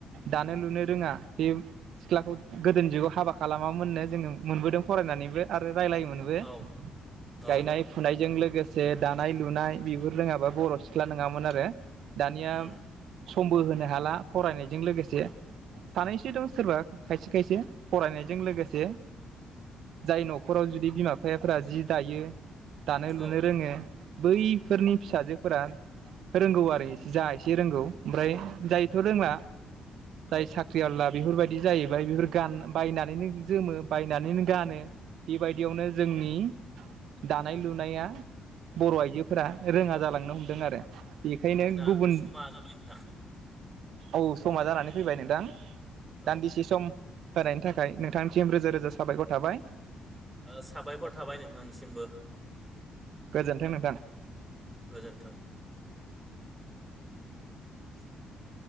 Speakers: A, on the right (about 75°); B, in the centre.
A: दानो लुनो रोङा बे सिख्लाखौ। गोदोनि जुगाव हाबा खालामामोननो जोङो मोनबोदों फरायनानैबो आरो रायज्लायोमोनबो।
B: औ
A: बो
B: औ
A: गायनाय फुनायजों लोगोसे दानाय लुनाय बेबो
B: उम
A: रोङाबा बर'। सिख्ला नङामोन आरो दानिया
B: उम
A: समबो होनो हाला फरायनायजों लोगोसे।
B: उम
A: सानैसो दं सोरबा खायसे खायसे फरायनायजों लोगोसे।
B: उम
A: जाय न'खराव जुदि बिमा बिफायाफोरा जि दायो दानो लुनो।
B: औ
A: जोङो बैफोरनि
B: औ ओ
A: फिसाजोफोरा फोरोंगौ आरो जाय। एसे रोंगौ ओमफ्राय जायथ' रोंला
B: औ
A: जाय साख्रिआवला। बेफोरबायदि जाहैबाय बेफोर गान बायनानैनो जोमो बायनानैनो गानो बेबायदियावनो जोंनि दानाय लुनाया। बर' आइजोफोरा रोङा जालांनो हमदों आरो बेखायनो
B: जोंना
A: गुबुन
B: समा जाबाय नोंथां
A: औ समा जानानै फैबाय नोंथां
B: औ
A: दान्दिसे
B: ओ
A: सम। होनायनि थाखाय नोंथांनिसिम रोजा रोजा साबायखर थाबाय।
B: ओ साबायखर थाबाय नोंथांनिसिमबो।
A: गोजोन्थों नोंथां।
B: गोजोन्थों। <inaudible>